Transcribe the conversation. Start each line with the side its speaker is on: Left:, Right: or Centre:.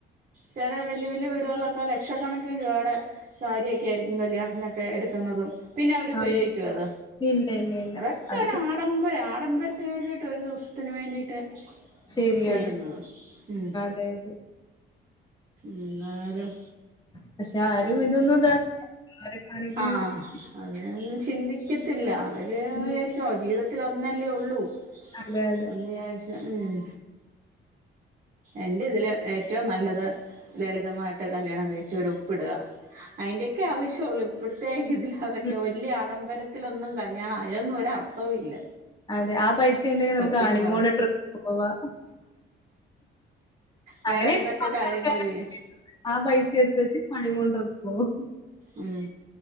Right: ചില വല്യ വല്യ വീടുകളിലൊക്കെ ലക്ഷക്കണക്കിന് രൂപാടെ സാരിയൊക്കെ ആയിരിക്കും കല്യാണത്തിനൊക്കെ എടുക്കുന്നതും പിന്നെ അവരുപയോഗിക്കോ
Left: ആ
Right: അത്
Left: ഇല്ല ഇല്ല ഇല്ല
Right: അതൊക്കെ
Left: അത്
Right: ഒരാ
Left: പിന്നെ
Right: ഡംബരം ആഡംബരത്തിന് വേണ്ടിട്ട് ഒരു ദിവസത്തിന് വേണ്ടിയിട്ട്
Left: ശരിയാണ്
Right: ചെയ്യുന്നത് ഉം
Left: <unintelligible>
Right: ന്നാരം
Left: പക്ഷെ ആരും ഇതൊന്നും ഇതാ അവരെ കാണിക്കാൻ
Right: ആഹ്
Left: വേണ്ടിട്ട്
Right: അതൊന്നും ചിന്തിക്കത്തില്ല അവര്
Left: ആക്കിയില്ല.
Right: വിചാ ചോ ജീവിതത്തില് ഒന്നല്ലേ ഒള്ളൂ
Left: അതെ അതെ
Right: എന്ന് വിചാരിച്ച് ഉം എന്റെ ഇതിൽ ഏറ്റവും നല്ലത് ലളിതമായിട്ട് കല്യാണം കഴിച്ച് ഒരു ഒപ്പിടുക അതിന്റെയൊക്കെ ആവശ്യൊള്ളൂ ഇപ്പോഴത്തെ ഇതിൽ അതൊക്കെ
Left: ഉം
Right: വലിയ ആഡംബരത്തിലൊന്നും കല്യാണം അതിലൊന്നും ഒര് അർത്ഥവും ഇല്ല
Left: അതെ ആ പൈസ ഉണ്ടെങ്കിൽ
Right: സത്യം
Left: നമുക്ക് ഹണിമൂണ്
Right: പറ
Left: ട്രിപ്പ് പോവാ
Right: വേറെ
Left: അങ്ങനെ
Right: എന്തൊക്കെ
Left: പല
Right: കാര്യങ്ങൾ
Left: ആൾക്കാരും
Right: ചെയ്യാം
Left: ആ പൈസ എടുത്ത വച്ച് ഹണിമൂൺ ട്രിപ്പ്‌ പോവും
Right: ഉം